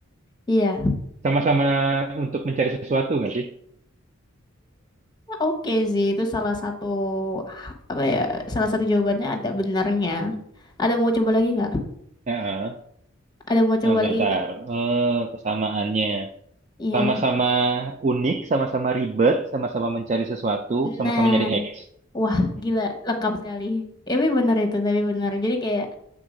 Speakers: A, on the left; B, on the right.
A: Iya,
B: Sama-sama untuk mencari sesuatu nggak sih?
A: oke sih, itu salah satu apa ya? Salah satu jawabannya ada benarnya. Ada mau coba lagi nggak?
B: Heeh.
A: Ada mau
B: Nah,
A: coba
B: bentar.
A: lagi nggak?
B: Eh, kesamaannya.
A: Iya.
B: Sama-sama unik, sama-sama ribet, sama-sama mencari sesuatu, sama-sama
A: Nah,
B: nyari X.
A: wah gila lengkap sekali. Tapi benar itu, tapi benar. Jadi kayak